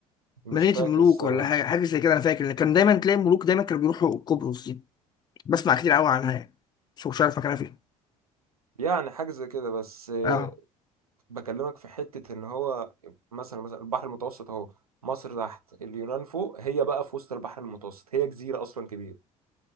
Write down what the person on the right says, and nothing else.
مش
فاكر
الصراحة
يعني حاجة زي كده بس آه،
بكلمك في حتة إن هو مثلا مثلا البحر المتوسط أهو مصر تحت اليونان فوق هي بقى في وسط البحر المتوسط هي جزيرة أصلا كبيرة